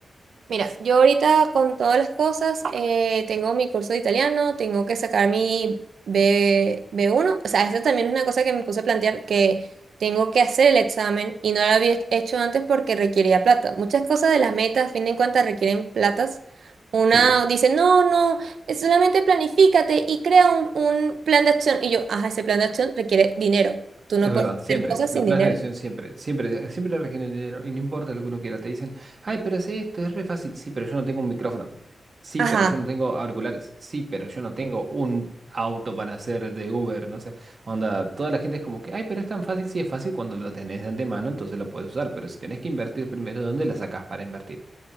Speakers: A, on the right; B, on the right.
A: Mira, yo ahorita con todas las cosas, eh, tengo mi curso de italiano, tengo que sacar mi B, B1. O sea, esto también es una cosa que me puse a plantear que tengo que hacer el examen y no lo había hecho antes porque requería plata. Muchas cosas de las metas, a fin de cuentas, requieren platas. Una
B: Sí.
A: dice, no, no, es solamente planifícate y crea un, un plan de acción. Y yo, ajá, ese plan de acción requiere dinero. Tú no
B: Es verdad,
A: puedes
B: siempre.
A: hacer cosas
B: Los
A: sin
B: planes
A: dinero.
B: de acción siempre, siempre, siempre requieren dinero y no importa lo que uno quiera. Te dicen, ay, pero hace esto, es re fácil. Sí, pero yo no tengo un micrófono. Sí,
A: Ajá,
B: pero yo no tengo auriculares. Sí, pero yo no tengo un auto para hacer de Uber, no sé. Onda, toda la gente es como que, ay, pero es tan fácil. Sí, es fácil cuando lo tenés de antemano, entonces lo puedes usar. Pero si tenés que invertir primero, ¿dónde la sacás para invertir?